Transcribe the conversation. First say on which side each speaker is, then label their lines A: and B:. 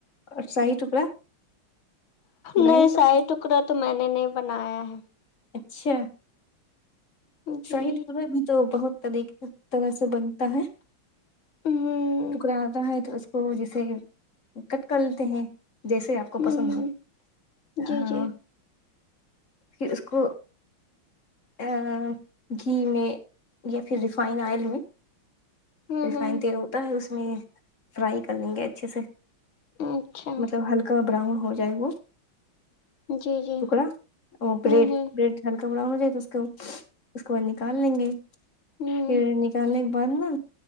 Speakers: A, on the left; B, on the left.
A: اور شاہی ٹکڑا بنائیے
B: نہیں
A: کبھی
B: ساہ ٹکڑا تو میں نے نہیں بنایا ہے
A: اچھا
B: ہے جی
A: شاہد گو بھی تو بہت طریقے طرح سے بنتا ہے
B: ہوں
A: ٹکڑا آتا ہے تو اس کو جیسے کٹ کر لیتے ہیں جیسے آپ کو
B: ہوں
A: پسند ہو
B: جی
A: ہاں
B: جی
A: پھر اس کو ہاں گھی میں یا پھر ریفائن آئل میں
B: ہوں
A: ریفائن
B: ہوں
A: تیل ہوتا ہے اس میں فرائی کر لیں گے اچھے سے
B: اچھا
A: مطلب ہلکا براؤن ہو جائے وہ
B: جی جی
A: ٹکرا اور بریڈ
B: ہوں ہوں
A: بڈ ہلکا بڑان ہو جائے تو اس کو اس کو بعد نکال لیں گے
B: ہوں
A: پھر نکالنے کے بعد نا